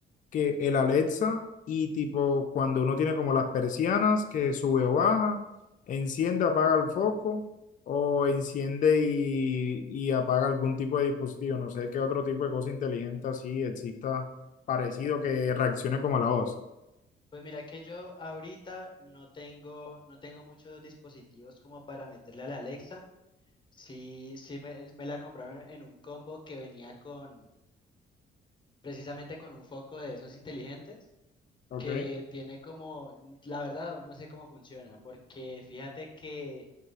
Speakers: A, on the left; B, on the left.
A: que el Alexa y tipo cuando uno tiene como las persianas que sube o baja, enciende, apaga el foco o enciende y, y apaga algún tipo de dispositivo. No sé qué otro tipo de cosa inteligente así exista parecido que reaccione como a la voz.
B: Pues mira que yo ahorita no tengo, no tengo muchos dispositivos como para meterle a la Alexa. Sí, sí me, me la compraron en un combo que venía con, precisamente con un foco de esos inteligentes,
A: Ok,
B: que tiene como, la verdad, aún no sé cómo funciona, porque fíjate que